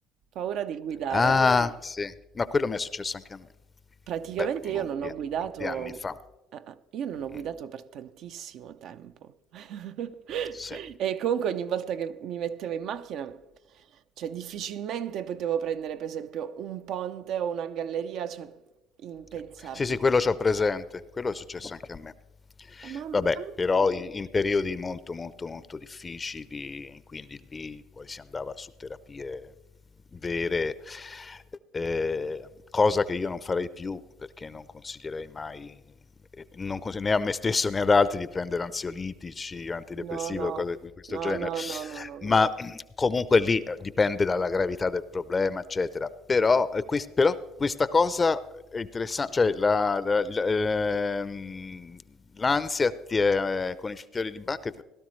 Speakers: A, on the right; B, on the left.
A: paura di guidare.
B: Ah, sì. No, quello mi è successo anche a me.
A: Praticamente
B: Beh, molti,
A: io non ho guidato,
B: molti anni fa.
A: ah, ah, io non ho guidato
B: Mm,
A: per tantissimo tempo. <laughs>
B: Sì.
A: E comunque ogni volta che mi mettevo in macchina, cioè difficilmente potevo prendere per esempio un ponte o una galleria, cioè impensabile.
B: Sì, sì, sì, quello c'ho presente, quello è successo anche a me.
A: Eh, ma, ma-
B: Vabbè, però in, in periodi molto, molto, molto difficili, quindi lì poi si andava su terapie vere, eh, cosa che io non farei più perché non consiglierei mai non consiglio né a me stesso né ad altri di prendere ansiolitici, antidepressivi
A: no, no,
B: o cose di questo
A: no,
B: genere,
A: no, no, no, no,
B: ma
A: no.
B: comunque lì eh, dipende dalla gravità del problema, eccetera. Però, eh, quest- però questa cosa è interessante, cioè la- la- la- ehm, l'ansia ti è- eh, con i fiori di Bach eh,